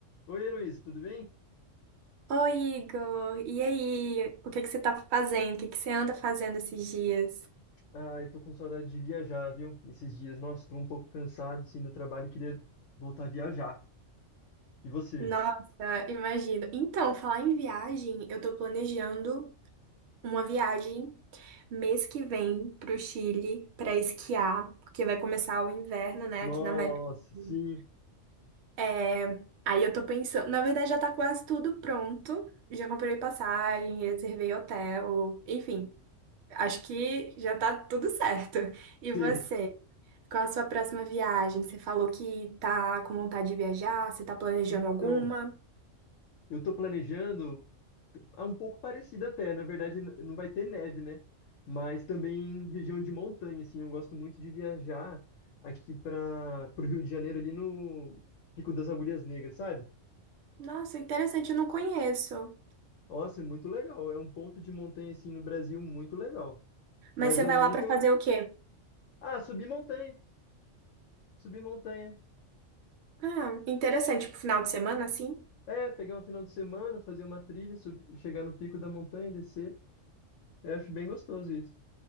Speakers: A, on the left; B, on the right.
A: Oi, Heloísa, tudo bem?
B: Oi, Igor. E aí? O que que você tá fazendo? O que que você anda fazendo esses dias?
A: Ah, eu tô com saudade de viajar, viu? Esses dias, nossa, tô um pouco cansado, assim, do trabalho, e queria voltar a viajar. E você?
B: Nossa, imagino. Então, falar em viagem, eu tô planejando uma viagem mês que vem pro Chile pra esquiar, porque vai começar o inverno, né,
A: Nossa,
B: aqui na América. do Sul?
A: sim,
B: É, aí eu tô pensando, na verdade já tá quase tudo pronto. Já comprei passagem, reservei hotel, enfim, acho que já tá tudo certo. E você?
A: sei.
B: Qual a sua próxima viagem? Você falou que tá com vontade de viajar, você tá planejando
A: Então,
B: alguma?
A: eu tô planejando, é um pouco parecido até, na verdade n- não vai ter neve, né? Mas também região de montanha, assim, eu gosto muito de viajar aqui para o Rio de Janeiro, ali no Pico das Agulhas Negras, sabe?
B: Nossa, interessante, eu não conheço.
A: Nossa, é muito legal, é um ponto de montanha, assim, no Brasil muito legal.
B: Mas
A: Mas
B: você
A: eu
B: vai
A: nunca
B: lá pra fazer o quê?
A: Ah, subir montanha, subir montanha.
B: Ah, interessante, pro final de semana, assim?
A: É, pegar um final de semana, fazer uma trilha, sub- chegar no pico da montanha, descer. Eu acho bem gostoso isso.